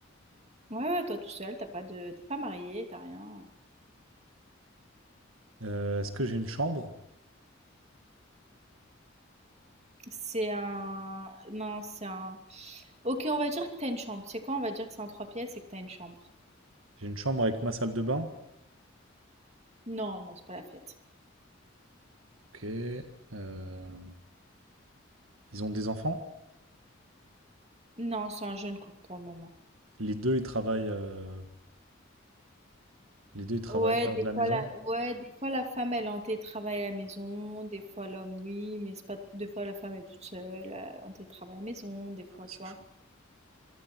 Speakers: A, on the right (about 35°); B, on the right (about 85°).
A: Ouais, ouais, toi tout seul, t'as pas de, t'es pas marié, t'as rien.
B: Euh, est-ce que j'ai une chambre?
A: C'est un. Non, c'est un. Ok, on va dire que t'as une chambre. C'est quoi? On va dire que c'est un trois pièces et que t'as une chambre.
B: J'ai une chambre avec ma salle de bain.
A: Non, non, c'est pas la fête.
B: Ok. Euh, ils ont des enfants.
A: Non, c'est un jeune couple pour le moment.
B: Les deux, ils travaillent. euh, Les deux, ils travaillent
A: Ouais,
B: hors
A: des
B: de la
A: fois
B: maison.
A: la, ouais, des fois la femme elle est en télétravail à la maison, des fois l'homme oui, mais c'est pas des fois la femme elle est toute seule euh, en télétravail à la maison, des
B: Ah
A: fois
B: ouais, c'est
A: tu vois.
B: chaud.